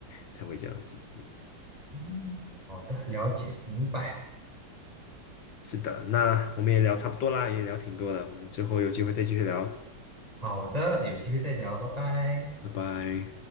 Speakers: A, on the left; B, on the right.
A: 才会这样子。嗯，
B: 嗯，好的，了解，明白。
A: 是的，那我们也聊差不多啦，也聊挺多了，我们之后有机会再继续聊，
B: 好的，有机会再聊，拜拜。
A: 拜拜。